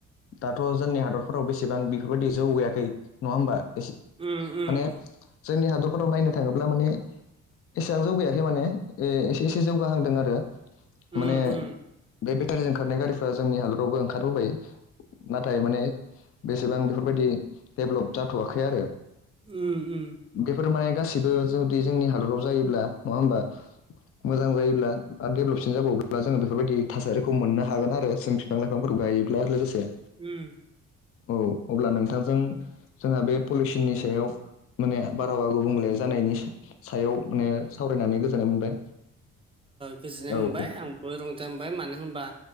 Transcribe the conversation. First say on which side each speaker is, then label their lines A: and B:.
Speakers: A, on the left; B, on the right.
A: दाथ' जोंनि हादरफोराव बेसेबां बेफोरबायदि जौगायाखै नङा होमबा एसे
B: उम उम
A: माने जोंनि हादरफोराव नायनो थाङोब्ला माने एसेबां जौगायाखै माने एसे एसे जौगाहांदों आरो
B: उम
A: माने
B: उम
A: बे बेटारिजों ओंखारनाय गारिफोरा जोंनि हादरावबो ओंखारबोबाय नाथाय माने बेसेबां बेफोरबायदि डेभ्लप जाथ'वाखै आरो
B: उम उम
A: बेफोर माने गासिबो जुदि जोंनि हादराव जायोब्ला नङा होनबा मोजां जायोब्ला आरो डेभेलपसिन जाबावब्ला जोङो बेफोरबायदि थासारिखौ मोननो हागोन आरो जों बिफां लाइफांफोरखौ गायोब्ला आरो लोगोसे
B: उम
A: औ अब्ला नोंथांजों जोंहा बे पलिउसननि सायाव माने बारहावा गुबुंले जानायनि सायाव माने सावरायनानै गोजोननाय मोनबाय
B: गोजोननाय
A: औ
B: मोनबाय आंबो रंजा मोनबाय मानो होनबा